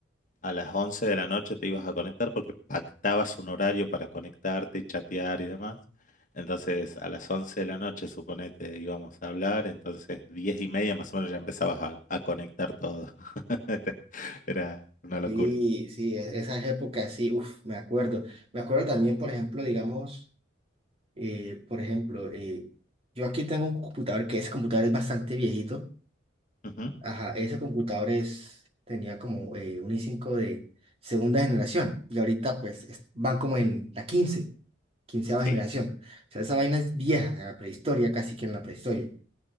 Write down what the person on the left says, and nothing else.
a las 11 de la noche te ibas a conectar porque pactabas un horario para conectarte y chatear y demás. Entonces a las 11 de la noche, suponete, íbamos a hablar, entonces 10 y media más o menos ya empezabas a, a conectar todo. <laughs> Era, era una locura.
Ujú.
Sí.